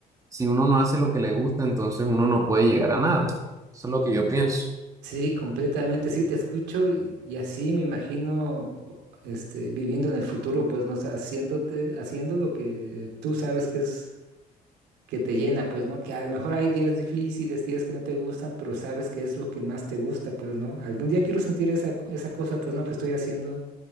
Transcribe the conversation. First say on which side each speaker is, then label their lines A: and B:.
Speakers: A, on the right; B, on the right.
A: si uno no hace lo que le gusta, entonces uno no puede llegar a nada. Eso es lo que yo pienso.
B: sí, completamente, sí, te escucho y, y así me imagino. Este, viviendo en el futuro, pues, no sé, haciéndote, haciendo lo que tú sabes que es que te llena, pues, ¿no? Que a lo mejor hay días difíciles, días que no te gustan, pero sabes que es lo que más te gusta, pues, ¿no? Algún día quiero sentir esa, esa cosa, pues, ¿no? Que estoy haciendo,